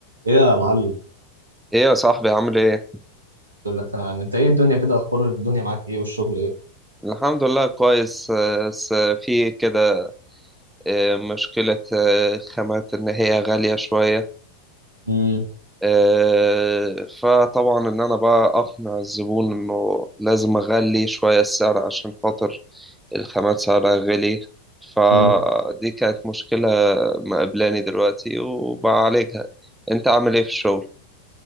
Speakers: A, on the right; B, in the centre.
A: ايه يا معلم
B: ايه يا صاحبي عامل ايه؟
A: الحمد لله تمام انت ايه الدنيا كده اخبار الدنيا معاك ايه والشغل ايه
B: الحمد لله كويس آه، بس في كده آه، مشكلة آه، خامات ان هي غالية شوية
A: امم
B: آه، فطبعا ان انا بقى اقنع الزبون انه لازم اغلي شوية السعر عشان خاطر الخامات سعرها غالي مم. فدي
A: امم
B: كانت مشكلة مقابلاني دلوقتي وبعالجها انت عامل ايه في الشغل؟